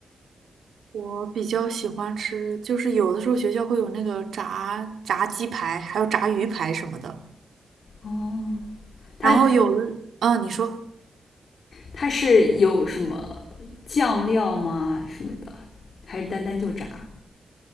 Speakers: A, on the right; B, on the left.
A: 我比较喜欢吃，就是有的时候学校会有那个炸炸鸡排，还有炸鱼排什么的。
B: 哦，它
A: 然后有的，啊，你说
B: 它是有什么酱料吗？什么的，还是单单就炸